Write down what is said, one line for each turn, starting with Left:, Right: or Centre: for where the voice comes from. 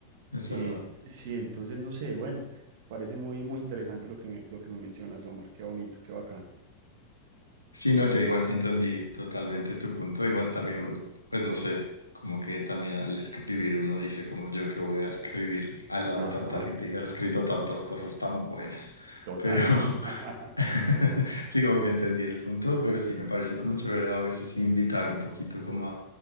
Left: es
Right: eh,
Left: verdad.
Right: sí, entonces no sé, bueno, parece muy, muy interesante lo que me, lo que me mencionas, Omar, qué bonito, qué bacán.
Left: Sí, no, yo igual entendí totalmente tu punto. Igual también uno, pues no sé, como que también al escribir uno dice como yo que voy a escribir al lado
Right: Ajá,
Left: de tanta gente que ha escrito tantas cosas tan buenas.
Right: total.
Left: Pero
Right: <laughs>
Left: <laughs> sí, como que entendí el punto, pero sí, me parece como chévere a veces invitar un poquito como a